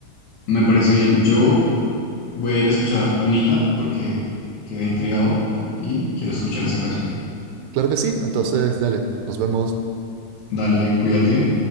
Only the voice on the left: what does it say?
Me parece bien. Yo. Voy a ir a escuchar Lunita porque quedé intrigado y quiero escuchar esa canción.
Dale, cuídate.